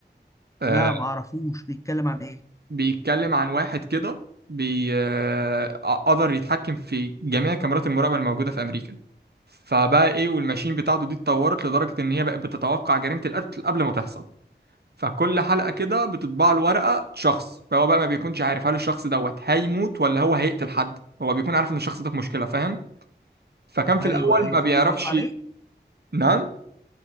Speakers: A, on the right; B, on the left.
A: آه،
B: لا ما اعرفوش بيتكلم عن ايه
A: بيتكلم عن واحد كده بي آه، آه، قدر يتحكم في جميع كاميرات المراقبة الموجودة في أمريكا فبقى إيه والماشين بتاعته دي اتطورت لدرجة إن هي بقت بتتوقع جريمة القتل قبل ما تحصل فكل حلقة كده بتطبع له ورقة شخص فهو بقى ما بيكونش عارف هل الشخص دوت هيموت ولا هو هيقتل حد هو بيكون عارف إن الشخص ده في مشكلة فاهم فكان في
B: ايوه
A: الأول
B: ايوه
A: ما
B: فبيقبضوا
A: بيعرفش
B: عليه
A: نعم